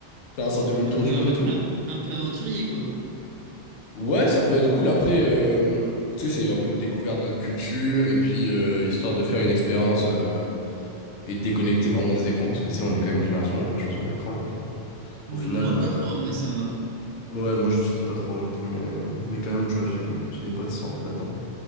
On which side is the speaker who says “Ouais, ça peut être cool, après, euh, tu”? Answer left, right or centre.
Left